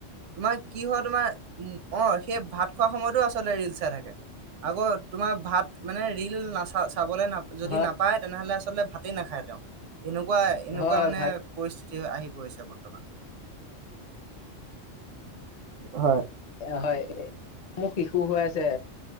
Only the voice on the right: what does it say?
তোমাৰ কি হয় তোমাৰ অ সেই ভাত খোৱাৰ সময়তো লৰা, ছোৱালীৱে আচলতে ৰিল চাই থাকে আকৌ। তোমাৰ ভাত মানে ৰিল নাচা চা। চাবলৈ নাপ যদি
নাপায় তেনেহলে আচ। ভাতেই নাখায় তেওঁ। এনেকুৱা, এনেকুৱা
মানে
পৰিস্থিতি আহি। বৰ্তমান হয়।